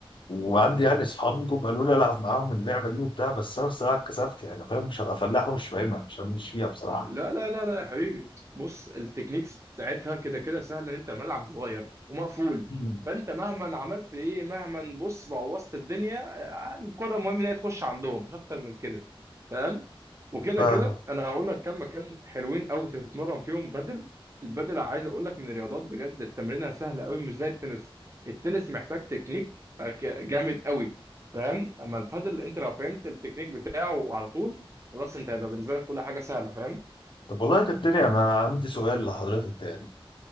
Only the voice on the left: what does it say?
وعندي يعني اصحاب جم قالوا لي العب معاهم اللعبه دي وبتاع بس انا بصراحه اتكسفت يعني فاهم مش هبقى فلاح ومش فاهمها عشان مش فيها بصراحه
مم.
ف...
طب والله يا كابتن انا عندي سؤال لحضرتك يعني